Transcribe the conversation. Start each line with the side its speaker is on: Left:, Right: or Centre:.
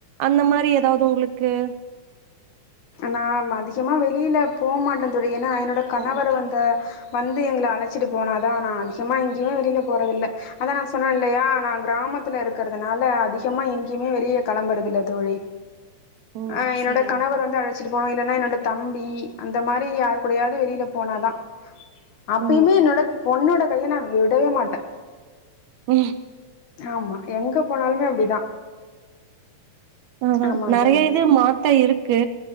Right: அந்த மாரி ஏதாவது உங்களுக்கு
Left: நா அதிகமா வெளியில போமாட்ட தோழி, ஏன்னா என்னோட கணவர்
Right: ஓ
Left: வந்த வந்து எங்கள அழைச்சிட்டு போனாதா நா அதிகமா எங்கேயுமே வெளில போறதில்ல
Right: ஓ
Left: அதா நா சொன்ன இல்லையா நா கிராமத்தில இருக்கறதுனால அதிகமா எங்கேயுமே வெளியே களம்புறதில்ல தோழி.
Right: ஓ
Left: அ என்னோட
Right: சரிங்க
Left: கணவர்
Right: தோழி
Left: வந்து அழைச் சிட்டு போனு, இல்லன்னா என்னோட தம்பி அந்த மாரி யாரு கூடயாது வெளில போனாதா அப்பயுமே
Right: ஓ
Left: என்னோட பொண்ணோட கைய நா விடவே மாட்ட
Right: ஹ
Left: ஆமா எங்க போனாலுமே அப்டிதா
Right: ம்ஹூம்
Left: ஆமா
Right: நறைய
Left: தோழி
Right: இது மாத்த இருக்கு